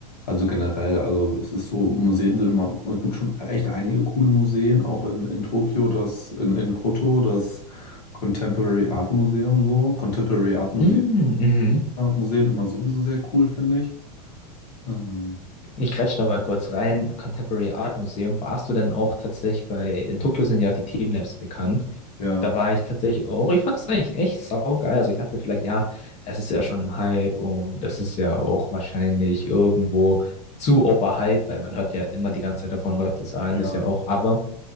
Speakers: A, on the left; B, on the left.
A: Also generell, also es ist so, Museen sind immer, es gibt schon echt einige coole Museen, auch in, in Tokio, das, in, in Koto, das Contemporary Art Museum so. Contemporary Art Museum,
B: Mm, Mhm.
A: Museen immer sowieso sehr cool, finde ich. Ähm,
B: Ich grätsch da mal kurz rein. Contemporary Art Museum, warst du denn auch tatsächlich bei, in Tokio sind ja die Themenlabs bekannt.
A: ja.
B: Da war ich tatsächlich auch. Ich fand es eigentlich echt saugeil. Also ich dachte vielleicht, ja, es ist ja schon im Hype und das ist ja auch wahrscheinlich irgendwo zu overhyped, weil man hört ja immer die ganze Zeit davon Leute sagen
A: Ja,
B: das ja auch. Aber